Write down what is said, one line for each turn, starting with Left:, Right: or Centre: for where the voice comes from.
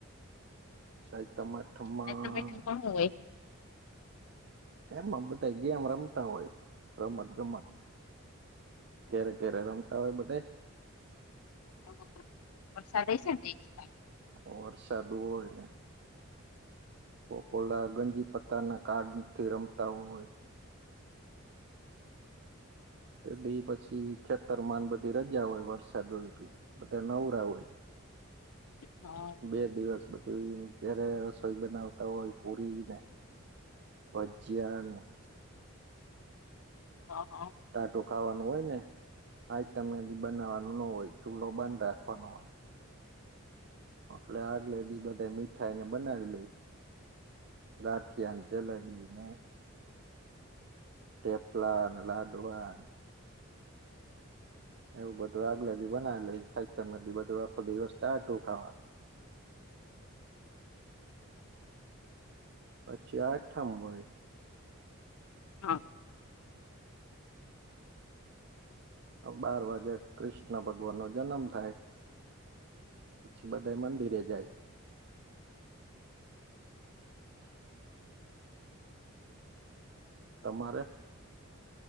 Right: સાહે તમાઠમાં.
Left: આજ તો મીઠું પણ હું હોય.
Right: એમમાં બધા ગમત-રમતા હોય, રમત-ગમત. ક્યારે, ક્યારે રમતા હોય બધા.
Left: હ, વર્સાદ હઈ છેમ <unintelligible>
Right: ઓર, સાદુ હોયને. કોલા ગંજી પત્તા ના, કારાડથી રમતા હોય. બી પછી ખેતરમાં બધી રજા હોય, વરસાદ હોય તો, બધા નવરા હોય. <unintelligible>
Left: હા.
Right: બે દિવસ બધું ત્યારે રસોઈ બનાવતા હોય, પૂરી ને. પજ્યાનું.
Left: હા, હા.
Right: ટાટું ખાવાનું હોય ને, હાજ તમને બનાવવાનું ન હોય, ચૂલો બંધ રાખવાનો હોય. એટલે આગલે બધા મીઠાઈ ને લઈ, ગાંઠિયાનુ છેલ્લે એ મે. ટટેફલાન, લાડુઆ. એવું બધું આગલે બ બનાવેલું, સાઈ બધી બધું આખો, દ રસ્તાતું ખાવાનું. પછી આ થંબઈ.
Left: હા.
Right: બાર વાગે, કૃષ્ણ ભગવાન નો જન્મ થાય. પછી બધા મંદિરે જાય. તમારે.